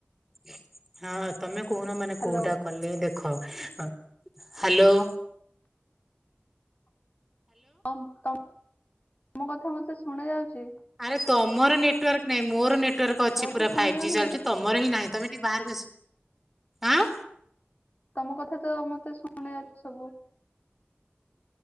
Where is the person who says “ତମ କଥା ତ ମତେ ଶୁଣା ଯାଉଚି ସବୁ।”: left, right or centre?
Left